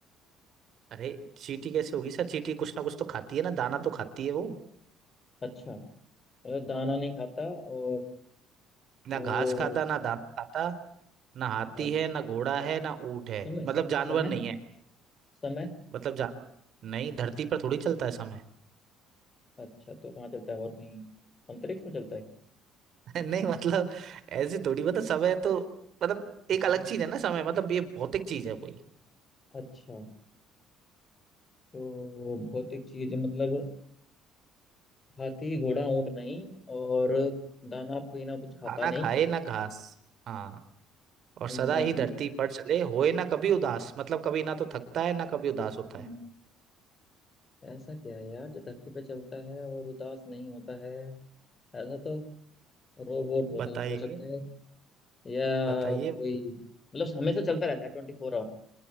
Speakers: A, on the right; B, on the left.
A: अरे चींटी कैसे होगी सर चींटी कुछ ना कुछ तो खाती है ना दाना तो खाती है वो
B: अच्छा मतलब दाना नहीं खाता और
A: ना
B: तो
A: घास खाता ना दाना खाता ना हाथी
B: हाँ
A: है ना घोड़ा है ना ऊंट है
B: समय
A: मतलब
B: स,
A: जानवर
B: समय
A: नहीं है
B: समय
A: मतलब जानवर नहीं धरती पर थोड़ी चलता है समय
B: अच्छा तो कहाँ चलता है और कहीं अंतरिक्ष में चलता है कहीं?
A: <laughs> नहीं मतलब ऐसे थोड़ी मतलब समय तो मतलब एक
B: अच्छा
A: अलग चीज है ना समय मतलब ये भौतिक चीज है कोई
B: अच्छा तो भौतिक चीज मतलब हाथी घोड़ा ऊंट नहीं और दाना पीना कुछ
A: दाना
B: खाता नहीं
A: खाए ना घास हाँ और सदा
B: ना,
A: ही धरती पर चले होए ना कभी उदास मतलब कभी ना तो थकता है ना कभी उदास होता
B: हम्म,
A: है
B: ऐसा क्या है यार जो धरती पे चलता है और उदास नहीं होता है ऐसा तो रोबोट होता
A: बताइए
B: हो सकते हैं या
A: बताइए
B: कोई मतलब हमेशा चलता रहता है ट्वेंटी फोर आवर